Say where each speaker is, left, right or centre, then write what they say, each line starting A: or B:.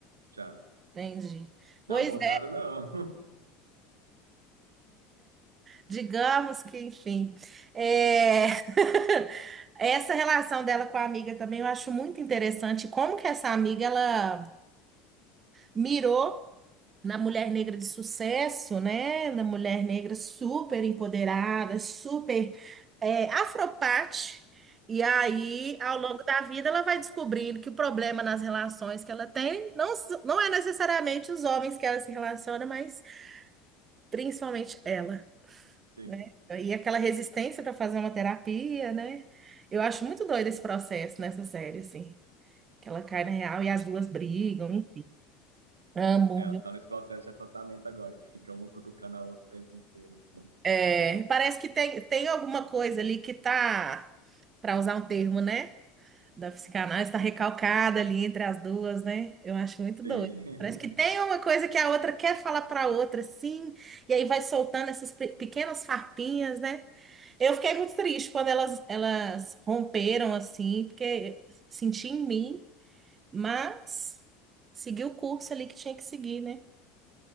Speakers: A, on the right; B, on the right.
A: Já.
B: Entendi. Pois
A: Não, voltaram
B: é,
A: não.
B: digamos que, enfim. É... <laughs> Essa relação dela com a amiga também eu acho muito interessante. Como que essa amiga ela mirou na mulher negra de sucesso, né? Na mulher negra super empoderada, super é, afropate. E aí, ao longo da vida, ela vai descobrindo que o problema nas relações que ela tem não, s- não é necessariamente os homens que ela se relaciona, mas principalmente ela
A: <laughs> Sim.
B: né? E aquela resistência para fazer uma terapia, né? Eu acho muito doido esse processo nessa série, assim. Que ela cai na real e as duas brigam, enfim. Amo,
A: É, Elas
B: viu?
A: estão nesse processo de afastamento agora, que fica uma cutucando a outra o tempo inteiro, assim.
B: É, parece que tem, tem alguma coisa ali que tá, para usar um termo, né? da psicanálise está recalcada ali entre as duas, né? Eu acho muito
A: Sim.
B: doido. Parece que tem
A: <laughs>
B: uma coisa que a outra quer falar para a outra, sim, e aí vai soltando essas pe- pequenas farpinhas, né? Eu fiquei muito triste quando elas, elas romperam assim, porque senti em mim, mas segui o curso ali que tinha que seguir, né?